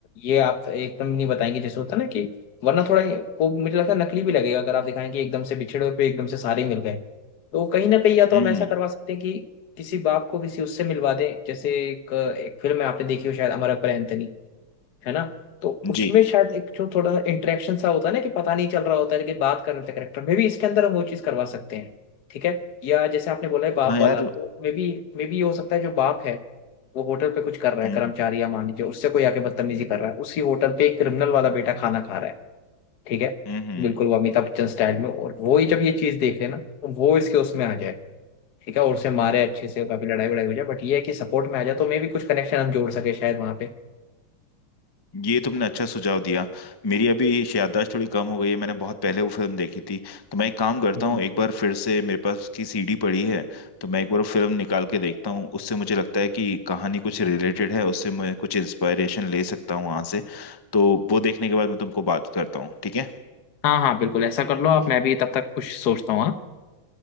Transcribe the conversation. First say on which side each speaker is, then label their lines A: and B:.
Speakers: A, on the left (about 55°); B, on the left (about 30°).
A: ये आप एकदम नहीं बताएंगे जैसे होता है ना कि वरना थोड़ा ये- वो मुझे लगता है नकली भी लगेगा अगर आप दिखाएं कि एकदम से बिछड़े और फिर एकदम से सारे मिल गए तो कहीं ना कहीं या तो
B: हम्म
A: हम ऐसा करवा सकते हैं कि किसी बाप को किसी उससे मिलवा दें जैसे एक, एक फिल्म है आपने देखी हो शायद अमर अकबर एंथनी है ना तो उसमें
B: जी
A: शायद एक जो थोड़ा इंटरेक्शन सा होता है ना कि पता नहीं चल रहा होता है लेकिन बात कर रहे थे करेक्टर मे भी इसके अंदर हम वो चीज करवा सकते हैं ठीक है या जैसे आपने बोला है बाप
B: हाँ यार
A: वाला तो मे बी मे बी ये हो सकता है जो बाप है वो होटल पे कुछ कर रहा
B: हम्म
A: है कर्मचारी या मान लीजिए उससे कोई आके बदतमीजी कर रहा है उसी होटल पे एक क्रिमिनल वाला बेटा खाना खा रहा है ठीक है
B: हम्म हम्म।
A: बिल्कुल वो अमिताभ बच्चन स्टाइल में और वो ही जब ये चीज देख लेना तो वो इसके उसमें आ जाए ठीक है और उसे मारे अच्छे से काफी लड़ाई वड़ाई हो जाए बट ये है कि सपोर्ट में आ जाए तो मे भी कुछ कनेक्शन हम जोड़ सके शायद वहां
B: ये तुमने अच्छा सुझाव दिया मेरी अभी याददाश्त थोड़ी कम हो गई है मैंने बहुत पहले वो फिल्म देखी थी तो मैं एक काम करता
A: पे
B: हूँ एक बार फिर से मेरे पास उसकी सीडी पड़ी है तो मैं एक बार वो फिल्म निकाल के देखता हूँ उससे मुझे लगता है कि कहानी कुछ रिलेटेड है उससे मैं कुछ इंस्पायरेशन ले सकता हूँ वहाँ से तो वो देखने के बाद मैं तुमको बात करता हूँ ठीक है
A: हाँ हाँ बिल्कुल ऐसा कर लो आप मैं भी तब तक कुछ सोचता हूँ हाँ